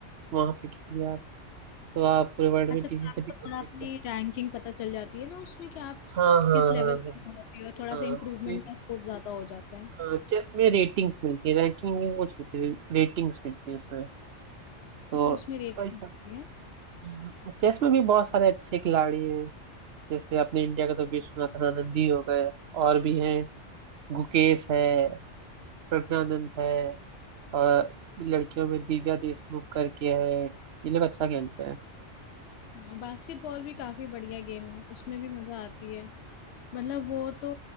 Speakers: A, on the right; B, on the left.
A: वहाँ पे खेलिए आप तो आप पूरे वर्ल्ड
B: अच्छा
A: में किसी
B: तो आपको
A: से भी कम्पीट
B: थोड़ा अपनी
A: कर
B: रैंकिंग पता चल जाती है ना उसमें कि आप
A: हाँ हाँ
B: किस लेवल
A: हाँ
B: पे
A: हाँ
B: हो अभी और थोड़ा
A: हाँ
B: सा इम्प्रूवमेंट
A: उसमें
B: का स्कोप ज्यादा हो जाता है
A: हाँ चेस में रेटिंग्स मिलती है रैंकिंग कुछ मिलती है रेटिंग्स मिलती है उसमें तो
B: अच्छा उसमें रेटिंग
A: ऐसा
B: होती है
A: हम्म, चेस में भी बहुत सारे अच्छे खिलाड़ी हैं जैसे अपने इंडिया का तो विश्वनाथन आनंद ही हो गए और भी हैं गुकेश है प्रज्ञानंद है और लड़कियों में दिव्या देशमुख करके है एक, ये लोग अच्छा खेलते हैं
B: हाँ बास्केटबॉल भी काफी बढ़िया गेम है उसमें भी मजा आती है मतलब वो तो